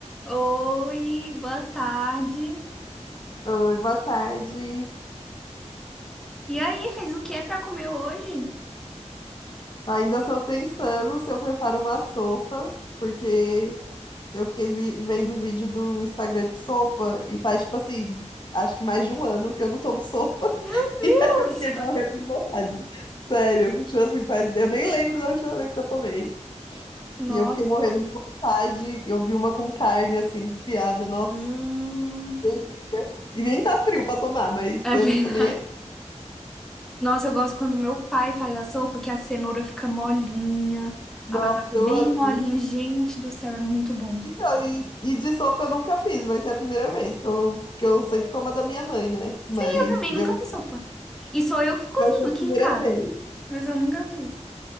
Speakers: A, in the centre; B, on the left (about 40°).
A: Oi, boa tarde.
B: Oi, boa tarde.
A: E aí, fez o que pra comer hoje?
B: Ainda estou pensando se eu preparo uma sopa, porque eu fiquei vi- vendo vídeo do Instagram de sopa e faz, tipo assim, acho que mais de um ano que eu não tomo sopa. <laughs>
A: Meu Deus!
B: E aí eu fiquei morrendo
A: <laughs>
B: de vontade. Sério, tipo assim, faz... eu nem lembro da última vez que eu tomei.
A: Nossa.
B: E eu fiquei morrendo de vontade. Eu vi uma com carne, assim, desfiada. Nossa,
A: Hum.
B: que delícia. E nem tá frio pra tomar, mas
A: É
B: eu
A: verdade.
B: não tô nem aí.
A: Nossa, eu gosto quando meu pai faz a sopa, que a cenoura fica molinha,
B: Nossa,
A: a batata é
B: eu
A: bem
B: amo.
A: molinha. Gente do céu, é muito bom.
B: Então, e, e de sopa eu nunca fiz, vai ser a primeira vez, que eu, que eu sempre tomo a da minha mãe, né? Mas
A: E eu também
B: eu,
A: nunca fiz sopa. E sou eu que cozinho
B: vai ser a
A: aqui
B: primeira
A: em casa.
B: vez.
A: Mas eu nunca vi.